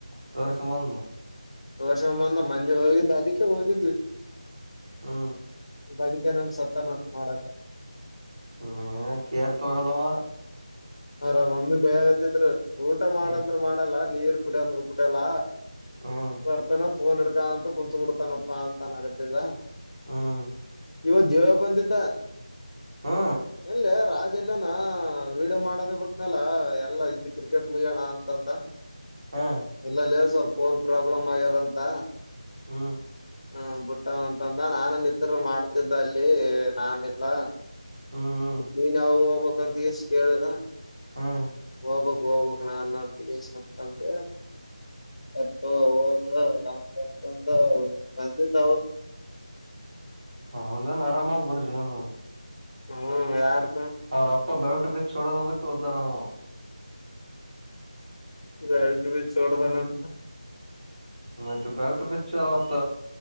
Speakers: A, on the right; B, on the left.
A: ತೋರಿಸಷ ಮಾಡ
B: ವರ್ಷ ಮುಂದ ಮಂೆ ಹೋಗಿದ್ದು ಅದಕ್ಕೆ ಹೋಗಿದ್ವಿ
A: ಹ್ಮ
B: ಭಕಾನ ಸತ್ತನ ನಾಡಕ
A: ಹ್ಮ ಕೇರ್ ತೋಗಲ್ಲವಾ
B: ಆರಾಮ್ ಅಮ್ಮಿ ಭಯ ಆೇ್ತತ್್ರ ಊಟ ಮಾಡಂದ್ರರು
A: ಹ್ಮ್
B: ಮಾಡಲ್ಲ ನೀರ್ ಕುಡಂದ್ರರು ಕುಡಿಯಲ್ಲ
A: ಹ್ಮ್
B: ಬರ್ತನ ಫೋನ್ ಹ ಅಕ್ಕ ಅಂತ ಕುಂತ ಬಿಡ್ತಾನಪ್ಪಾ ಅಂತ ಅನ್ ಆಗತ್ತಿದದ
A: ಹ್ಮ್
B: ಇವ ದೇವ ಬಂದಿದ್ದ
A: ಹ್ಮ್
B: ಎಲ್ಲ ರಾಜ ಎಲ್ಲ ವೀಡಿಯೋ ಮಾಡೋದ ಬಿಟ್ನಲ್ಲ ಎಲ್ಲಾ ಇದ್ದ ಕ್ರಿಕೆಟ್ ಮುಗೋಣ ಅಂತಂತ
A: ಹ್ಮ್
B: ಎಲ್ಲಲ್ಲಿ ಸರ್ ಫೋನ್ ಪ್ರಾಬ್ಲಮ್ ಆಗ್ಯದಂತ
A: ಹ್ಮ
B: ಹ ಬುಟ್ಟ ಅಂತಂದ ನಾನ ನಿತ್ರರು ಮಾಡ್ತಿದ್ದ ಅಲ್ಲಿ ನಾನಲ್ಲ
A: ಹ್ಮ್
B: ಮತ್ತ ನೀನ್ ಯಾವಾಗ ಹೋಗ್ಬಕ್ ಅಂತ ಈಸ್ ಕೇಳುದ
A: ಹ್ಮ್
B: ಹೋಗಬಕ್ ಹೋಗ್ಬಕ್ ನ ನಂಬಿಕೇಶ ಅಂತಂದ ಅತ ಹದ ಅಂತಂತಂದು ಬಂದಿದ್ದ ಅವನು
A: ಹೌಂದಾನ ಆರಾಮ ಬಡ ಜೀವನು
B: ಹ್ಮ್ ಯಾರು
A: ಯ ರಪ್ಪಾ ಬ ಬೆಲ್್ಟಟ್ ಛೋಡದದ ದರ ಆದ
B: ಗಳ ಬಿ ಚೋಡದನಂತ
A: ಮತ್ತೆ ಬೆಲ್ಟ್ ಬಿಚ್ಚ ಅವತ್